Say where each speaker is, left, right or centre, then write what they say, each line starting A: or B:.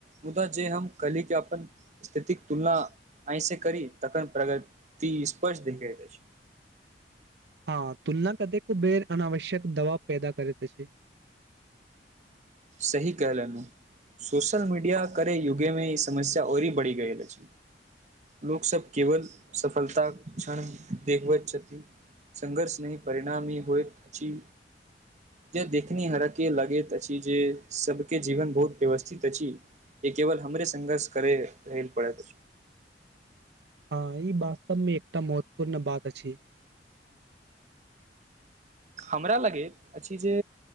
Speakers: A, on the right; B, on the right.
A: मुदा जे हम कली क अपन स्थितिक तुलना ऐसे करी तखन प्रगति स्पष्ट देखायत अछि
B: हँ तुलना कतेको बेेर अनावश्यक दबाव पैदा करैत अछि
A: सही कहलनु सोशल मीडिया करे युगेमे ई समस्या औरी बढ़ि गयल अछि लोक सब केवल सफलता क्षण देखबैत छथि संघर्ष नहि परिणाम ई होइत अछि जे देखनिहारकें लगैत अछि ई जे सबके जीवन बहुत व्यवस्थित अछि ए केवल हमरे संघर्ष करय रहय पड़त
B: हँ ई वास्तव मे एकटा महत्वपूर्ण बात अछि
A: हमरा लगैत अछि जे